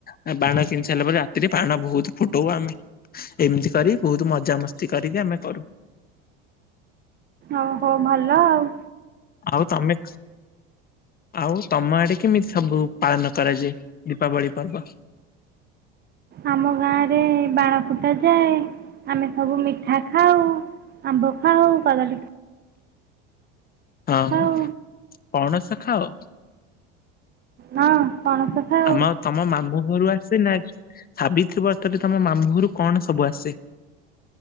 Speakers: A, on the left (about 30°); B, on the right (about 30°).
A: ଆ ବାଣ କିଣି ସାରିଲା ପରେ ରାତିରେ ବାଣ ବହୁତ ଫୁଟଉ ଆମେ। ଏମିତି କରି ବହୁତ ମଜାମସ୍ତି କରିକି ଆମେ କରୁ।
B: ଓହୋ ଭଲ ଆଉ
A: ଆଉ ତମେ ଆଉ ତମ ଆଡେ କେମିତି ସବୁ ପାଳନ କରାଯାଏ ଦୀପାବଳି ପର୍ବ?
B: ଆମ ଗାଁରେ ବାଳ ଫୁଟାଯାଏ ଆମେ ସବୁ ମିଠା ଖାଉ। ଆମ୍ବ ଖାଉ କଦଳୀ
A: ହଁ
B: ଖାଉ
A: ହ ପଣସ ଖାଅ?
B: ନାଁ ପଣସ ଖାଉ
A: ଆମ ତମ ମାମୁଁ ଘରୁ ଆସେ ନା ସାବିତ୍ରୀ ବ୍ରତରେ ତମ ମାମୁଁ ଘରୁ କଣ ସବୁ ଆସେ?